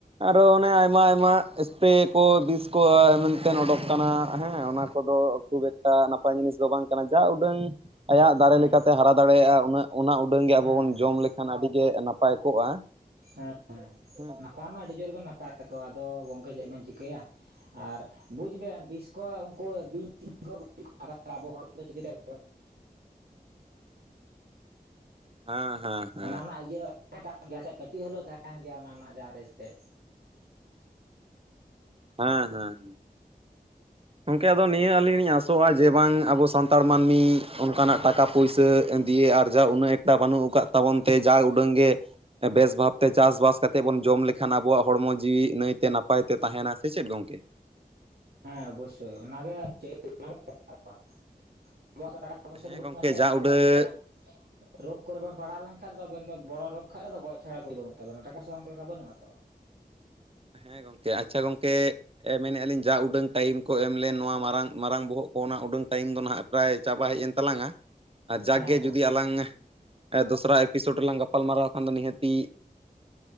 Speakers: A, on the right; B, on the right.
A: ᱟᱨᱚ ᱚᱱᱮ ᱟᱭᱢᱟ ᱟᱭᱢᱟ ᱮᱯᱨᱮ ᱠᱚ ᱵᱤᱥ ᱠᱚ ᱢᱮᱱᱛᱮ ᱩᱰᱳᱠ ᱠᱟᱱᱟ ᱦᱮᱸ ᱚᱱᱟ ᱠᱚᱫᱚ ᱠᱷᱩᱵ ᱮᱠᱴᱟ ᱱᱟᱯᱟᱭ ᱡᱤᱱᱤᱥ ᱫᱚ ᱵᱟᱝ ᱠᱟᱱᱟ ᱡᱟ ᱩᱰᱟᱹᱝ- ᱟᱭᱟᱜ ᱫᱟᱨᱮ
B: ᱦᱮᱸ
A: ᱞᱮᱠᱟᱛᱮ ᱦᱟᱨᱟ ᱫᱟᱲᱮᱭᱟᱜᱼᱟ ᱩᱱᱟᱹᱜ ᱚᱱᱟ ᱩᱰᱟᱹᱝ ᱜᱮ ᱟᱵᱚ
B: ᱦᱮᱸ
A: ᱵᱚᱱ
B: ᱦᱮᱸ
A: ᱡᱚᱢ ᱞᱮᱠᱷᱟᱱ ᱟᱹᱰᱤᱜ ᱮᱱᱟᱯ ᱱᱟᱯᱟᱭ ᱠᱚᱜᱼᱟ
B: ᱦᱮᱸ
A: ᱦᱮᱸ
B: ᱱᱟᱯᱟᱭ ᱢᱟ ᱟᱹᱰᱤ ᱡᱳᱨᱜᱮ ᱱᱟᱯᱟᱭ ᱠᱚ᱾ ᱟᱫᱚ ᱜᱚᱝᱠᱮ ᱪᱮᱫ ᱵᱮᱱ ᱪᱤᱠᱟᱹᱭᱟ ᱟᱨ᱾ ᱵᱩᱡ ᱵᱮᱱ, ᱵᱤᱥᱠᱚ ᱩᱱᱠᱩ ᱵᱤᱧ <inaudible> ᱟᱵᱚ ᱦᱚᱲ ᱪᱤᱠᱟᱹᱛᱮ <inaudible>
A: ᱦᱮᱸ ᱦᱮᱸ, ᱦᱮᱸ
B: ᱚᱱᱟ ᱨᱮᱱᱟᱜ ᱤᱭᱟᱹ <unintelligible> ᱛᱟᱦᱮᱱ ᱜᱮᱭᱟ ᱥᱮ᱾ ᱠᱟᱹᱴᱤᱡ ᱨᱮᱦᱟ ᱛᱟᱦᱮᱱ ᱜᱮᱭᱟ ᱚᱱᱟ ᱨᱮᱱᱟᱜ ᱡᱟᱦᱟᱸ ᱨᱮᱥ ᱛᱮ᱾
A: ᱦᱮᱸ ᱦᱮᱸ ᱦᱮᱸ, ᱜᱚᱢᱠᱮ ᱟᱫᱚ ᱱᱤᱭᱟᱹ ᱟᱹᱞᱤᱧ ᱞᱤᱧ ᱟᱥᱚᱜᱼᱟ ᱡᱮ, ᱵᱟᱝ ᱟᱵᱚ ᱥᱟᱱᱛᱟᱲ ᱢᱟᱹᱱᱢᱤ ᱚᱱᱠᱟᱱᱟᱜ ᱴᱟᱠᱟ ᱯᱩᱭᱥᱟᱹ ᱫᱤᱭᱮ ᱟᱨᱡᱟᱣ ᱩᱱᱟᱹᱜ ᱮᱠᱴᱟ ᱵᱟᱹᱱᱩᱜ ᱟᱠᱟᱫ ᱛᱟᱵᱚᱱ ᱛᱮ ᱡᱟ ᱩᱰᱟᱹᱝ ᱜᱮ ᱵᱮᱥ ᱵᱷᱟᱵᱛᱮ ᱪᱟᱥ ᱵᱟᱥ ᱠᱟᱛᱮ ᱵᱚᱱ ᱡᱚᱢ ᱞᱮᱠᱷᱟᱱ ᱟᱵᱚᱣᱟᱜ ᱦᱚᱲᱢᱚ ᱡᱤᱣᱤ ᱱᱟᱹᱭᱛᱮ ᱱᱟᱯᱟᱭ ᱛᱮ ᱛᱟᱦᱮᱱᱟ᱾ ᱥᱮ ᱪᱮᱫ ᱜᱚᱝᱠᱮ?
B: ᱦᱮᱸ ᱚᱵᱚᱥᱳᱭ ᱚᱱᱟᱜᱮ <unintelligible>
A: ᱦᱮᱸ ᱜᱚᱝᱠᱮ ᱡᱟ ᱩᱰᱟᱹᱜ
B: <unintelligible> ᱨᱳᱜᱽ ᱠᱚᱨᱮ ᱵᱤᱱ ᱯᱟᱲᱟᱣ ᱞᱮᱱᱠᱷᱟᱡ ᱫᱚ ᱟᱵᱮᱱ ᱫᱚ ᱵᱚᱲᱚ ᱨᱳᱜᱽ ᱠᱷᱟᱡ ᱫᱚ ᱜᱚᱡ ᱪᱷᱟᱲᱟ ᱩᱯᱟᱹᱭ ᱵᱟᱹᱱᱩᱜ ᱛᱟᱵᱮᱱᱟ᱾ ᱴᱟᱠᱟ ᱯᱩᱭᱥᱟ ᱚᱱᱠᱟ ᱞᱮᱠᱟ ᱵᱟᱹᱱᱩᱜ-ᱟ ᱛᱚ᱾
A: ᱦᱮᱸ ᱜᱚᱝᱠᱮ, ᱟᱪᱪᱷᱟ ᱜᱚᱝᱠᱮ᱾ ᱢᱮᱱᱮᱫᱼᱟ ᱞᱤᱧ ᱡᱟ ᱩᱰᱟᱹᱝ ᱴᱟᱭᱤᱢ ᱠᱚ ᱮᱢ ᱞᱮᱱ, ᱱᱚᱣᱟ ᱢᱟᱨᱟᱝ ᱢᱟᱨᱟᱝ ᱵᱚᱦᱚᱜ ᱠᱚ ᱚᱱᱟ ᱩᱰᱟᱹᱝ ᱴᱟᱭᱤᱢ ᱫᱚ ᱱᱟᱦᱟᱜ ᱯᱨᱟᱭ ᱪᱟᱵᱟ ᱦᱮᱡ ᱮᱱ ᱛᱟᱞᱟᱝᱟ᱾ ᱟᱨ ᱡᱟᱠᱜᱮ
B: ᱦᱮᱸ ᱦᱮᱸ
A: ᱡᱩᱫᱤ ᱟᱞᱟᱝ ᱫᱚᱥᱨᱟ ᱮᱯᱤᱥᱳᱰ ᱨᱮᱞᱟᱝ ᱜᱟᱯᱟᱞ ᱢᱟᱨᱟᱨᱟᱣ ᱠᱷᱟᱱ ᱫᱚ ᱱᱤᱦᱟᱹᱛᱤ